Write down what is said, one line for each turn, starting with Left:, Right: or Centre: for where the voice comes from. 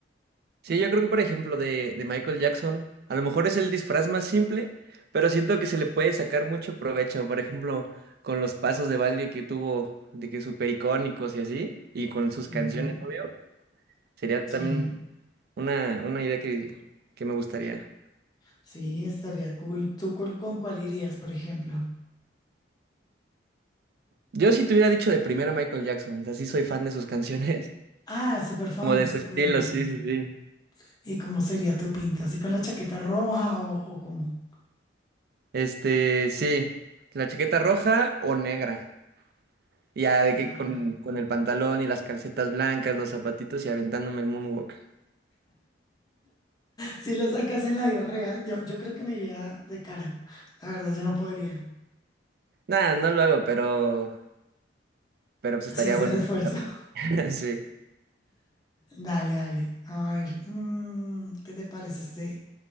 Right: Sí, yo creo que por ejemplo de, de Michael Jackson, a lo mejor es el disfraz más simple, pero siento que se le puede sacar mucho provecho, por ejemplo, con los pasos de baile que tuvo, de que súper icónicos y así, y con sus
Left: Ujú.
Right: canciones, obvio, sería
Left: Sí,
Right: también una, una idea que, que me gustaría.
Left: sí, estaría cool. ¿Tú cu- con cuál irías, por ejemplo?
Right: Yo si te hubiera dicho de primera Michael Jackson, o sea, sí soy fan de sus canciones, <laughs>
Left: Ah, súper
Right: como
Left: fan,
Right: de
Left: súper.
Right: su estilo, sí, sí, sí.
Left: ¿Y cómo sería tu pinta? ¿Así con la chaqueta roja o, o cómo?
Right: Este, sí, la chaqueta roja o negra. Ya
Left: Sí,
Right: de
Left: claro.
Right: que con, con el pantalón y las calcetas blancas, los zapatitos y aventándome el moonwalk.
Left: Si lo sacas en la vida real, yo, yo creo que me iría de cara. La verdad, yo no podría.
Right: Nada, no lo hago, pero, pero pues estaría
Left: Se hace
Right: bueno
Left: el esfuerzo.
Right: intentarlo.
Left: <laughs>
Right: <laughs> Sí.
Left: Dale, dale. A ver, mm, ¿qué te parece este,